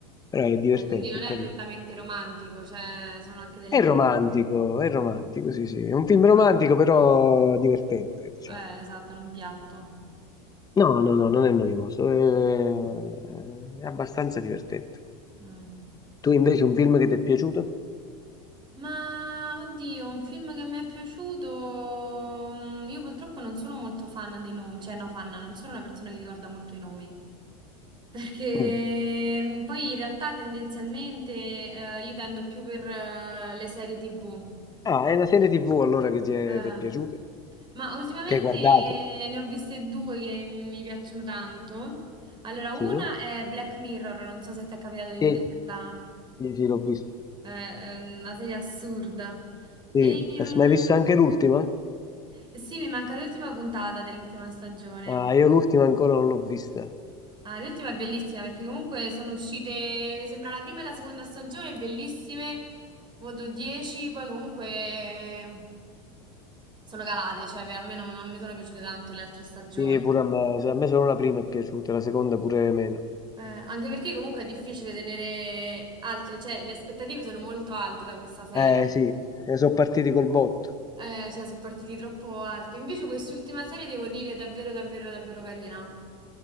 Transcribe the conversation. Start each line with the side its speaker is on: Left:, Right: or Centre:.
Left: Però è divertente,
Right: Eh, quindi non
Left: è
Right: è
Left: carino.
Right: prettamente romantico, cioè sono anche delle
Left: È romantico,
Right: dinamiche.
Left: è romantico, sì, sì. È un film romantico, però divertente, diciamo.
Right: Eh, esatto, in un piatto.
Left: No, no, no, non è noioso, è, è abbastanza divertente.
Right: Mm.
Left: Tu invece un film che ti è piaciuto?
Right: Ma oddio, un film che mi è piaciuto. mm, Io purtroppo non sono molto fan dei nomi, cioè no, fan, non sono una persona che ricorda molto i nomi. Perché
Left: Mm.
Right: mm, poi in realtà tendenzialmente eh, io tendo più per eh, le serie TV.
Left: Ah, è una serie TV allora che ti è,
Right: Eh,
Left: ti è piaciuta?
Right: Ma ultimamente
Left: Che hai guardato?
Right: ne ho viste due che mi piacciono tanto. Allora, una
Left: Sì.
Right: è Black Mirror, non so se ti è capitato di
Left: Sì,
Right: vederla,
Left: sì, sì, l'ho vista.
Right: è è una serie assurda.
Left: Sì.
Right: E,
Left: As-
Right: mm,
Left: Ma hai visto anche l'ultima?
Right: Eh Sì, mi manca l'ultima puntata dell'ultima stagione.
Left: Ah, io l'ultima ancora non l'ho vista.
Right: Ah, l'ultima è bellissima perché comunque sono uscite, mi sembra la prima e la seconda stagione, bellissime, voto 10, poi comunque eh, sono calate, cioè per me non, non mi sono piaciute tanto le altre stagioni.
Left: Sì, pure a me, cioè, a me solo la prima è piaciuta, la seconda pure meno.
Right: Eh, anche perché comunque è difficile tenere altre, cioè le aspettative sono molto alte da questa serie,
Left: Eh sì, eh, sono partiti col botto.
Right: Eh, cioè sono partiti troppo alti. Invece quest'ultima serie devo dire è davvero, davvero, davvero carina.